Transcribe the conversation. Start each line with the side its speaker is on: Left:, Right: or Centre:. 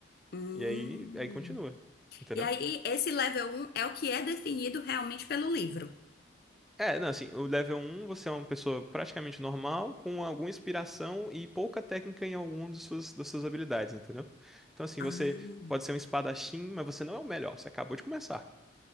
Left: hum.
Centre: E aí, aí continua. Entendeu?
Left: E aí esse level um é o que é definido realmente pelo livro.
Centre: É, não, assim, o level um, você é uma pessoa praticamente normal, com alguma inspiração e pouca técnica em alguma de suas, das suas habilidades, entendeu? Então, assim,
Left: Ah.
Centre: você pode ser um espadachim, mas você não é o melhor, você acabou de começar.